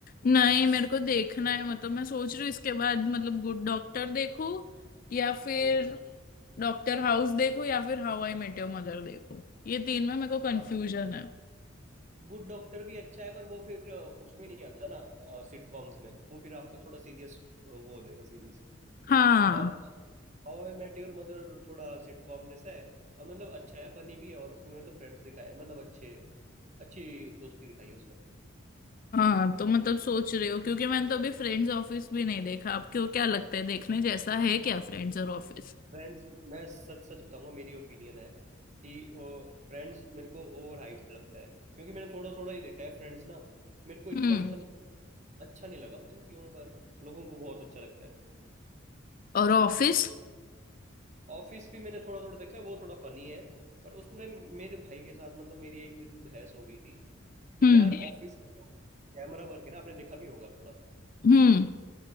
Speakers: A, on the left; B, on the right.
A: नहीं मेरे को देखना है मतलब मैं सोच रही हूँ इसके बाद मतलब गुड डॉक्टर देखूं या फिर
B: हम्म
A: डॉक्टर हाउस देखूं या फिर how I met your mother देखूं ये तीन में मेरे को
B: हाँ
A: कंफ्यूजन है
B: गुड डॉक्टर भी अच्छा है पर वो फिर अ, उसमें नहीं आता ना सिटकॉम्स में वो फिर आपका थोड़ा सीरियस वो हो जाएगा सीरीज
A: हाँ
B: और how I met your mother थोड़ा सिटकॉम जैसा है और मतलब अच्छा है फनी भी है और उसमें मतलब फ्रेंड्स दिखाए हैं, मतलब अच्छे अच्छी दोस्ती दिखाई है उसमें
A: हाँ तो मतलब सोच रहे हो क्योंकि मैंने तो अभी फ्रेंड्स ऑफिस भी नहीं देखा आपको क्या लगता है देखने जैसा है क्या फ्रेंड्स और ऑफिस
B: फ्रेंड्स मैं सच सच बताऊंगा मेरी ओपिनियन है कि वो फ्रेंड्स मेरे को ओवर हाइप लगता है क्योंकि मैंने थोड़ा थोड़ा ही देखा है फ्रेंड्स ना मेरे को इतना
A: हम्म
B: मतलब अच्छा नहीं लगा पता नहीं क्यों पर लोगों को बहुत अच्छा लगता है
A: और ऑफिस
B: ऑफिस भी मैंने थोड़ा थोड़ा देखा है वो थोड़ा फनी है पर उसमें मेरे भाई के साथ मतलब मेरी एक दिन बहस हो गई थी कि
A: Hmm
B: यार ऑफिस में तो कैमरा वर्क है ना आपने देखा भी होगा थोड़ा
A: hmm